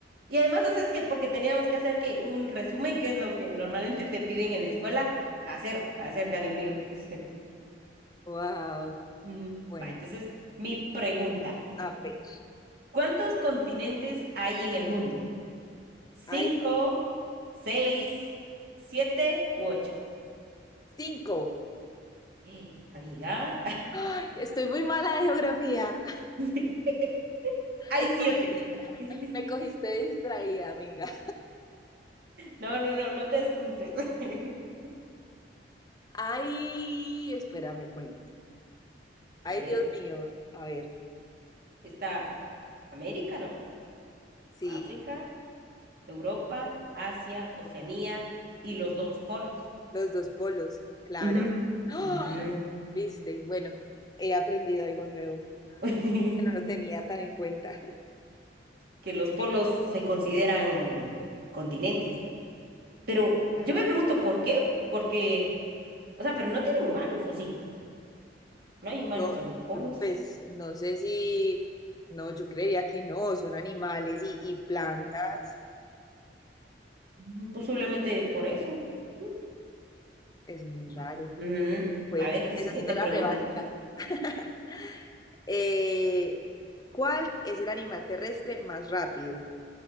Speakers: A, on the right; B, on the left.
A: Y además, o sea, es que porque teníamos que hacer que un resumen, que es lo que normalmente te piden en la escuela, hacer acerca de un libro. <laughs>
B: Wow,
A: Mm,
B: bueno,
A: Va, entonces, mi pregunta,
B: a ver,
A: ¿cuántos continentes hay en el mundo? ¿Cinco,
B: hay
A: seis, siete u ocho?
B: cinco.
A: Eh, Amiga,
B: Ay, estoy muy mala de geografía. <laughs>
A: <laughs> hay
B: Es
A: siete.
B: que me,
A: <laughs>
B: me cogiste distraída, amiga.
A: No, no, no, no te excuses. <laughs>
B: Ay, espérame, cuento. Ay,
A: Dale,
B: Dios mío, a ver,
A: está América, no,
B: sí.
A: África, Europa, Asia, Oceanía y los dos polos.
B: Los dos polos, claro.
A: Ujú.
B: ¡Ah!
A: Mm.
B: ¿Viste? Bueno, he aprendido algo nuevo
A: <laughs>
B: que no lo tenía tan en cuenta.
A: Que los polos
B: <laughs>
A: se consideran continentes. Pero
B: Ah,
A: yo me pregunto por qué, porque, o sea, pero no tienen humanos, ¿o sí? No hay humanos
B: no,
A: en los polos.
B: pues no sé si, no, yo creería que no, son animales y, y plantas,
A: Ujú, Posiblemente por eso. Ujú,
B: es muy
A: Va.
B: raro.
A: Ujú.
B: Bueno,
A: A ver, tu siguiente
B: necesito la
A: pregunta.
B: revancha. <laughs> Eh, ¿cuál es el animal terrestre más rápido?